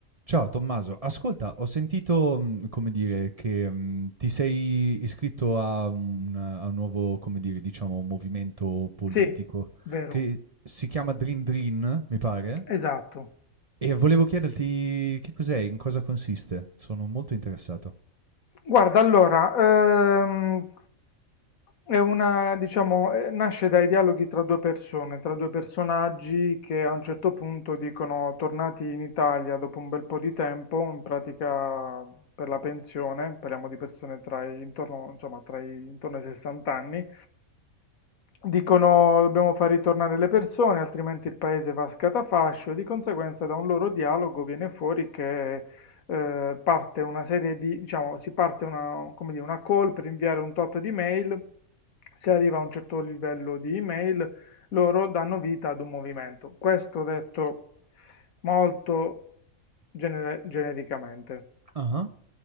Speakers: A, on the right; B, on the left.
A: Ciao Tommaso, ascolta, ho sentito, mh, come dire, che mh, ti sei iscritto a un, a un nuovo, come dire, diciamo, movimento politico
B: Sì, vero,
A: che si chiama Dream Dream, mi pare,
B: esatto.
A: e volevo chiederti che cos'è, in cosa consiste. Sono molto interessato.
B: Guarda, allora, ehm, è una, diciamo, eh, nasce dai dialoghi tra due persone, tra due personaggi che a un certo punto dicono, tornati in Italia dopo un bel po' di tempo, in pratica per la pensione, parliamo di persone tra i, intorno, insomma, tra i, intorno ai 60 anni, dicono dobbiamo far ritornare le persone, altrimenti il paese va a scatafascio e di conseguenza da un loro dialogo viene fuori che eh, parte una serie di, diciamo, si parte una, come dire, una call per inviare un tot di mail, si arriva a un certo livello di email, loro danno vita ad un movimento. Questo detto molto gener- genericamente.
A: Ah.